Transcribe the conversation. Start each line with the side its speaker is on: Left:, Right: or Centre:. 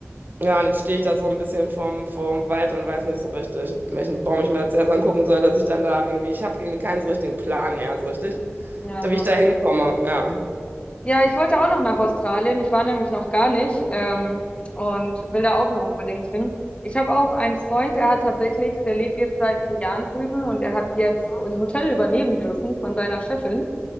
Right: Ja, und jetzt stehe ich da so ein bisschen vorm, vorm Wald und weiß nicht so richtig, welchen Baum ich mir jetzt erst angucken soll, dass ich dann da irgendwie, ich habe keinen so richtigen Plan mehr, so richtig,
Left: ja.
Right: da wie ich da hinkomme. Ja,
Left: Ja, ich wollte auch noch nach Australien. Ich war nämlich noch gar nicht ähm, und will da auch noch unbedingt hin. Ich habe auch einen Freund, der hat tatsächlich, der lebt jetzt seit vier Jahren drüben und er hat jetzt ein Hotel übernehmen dürfen von seiner Chefin.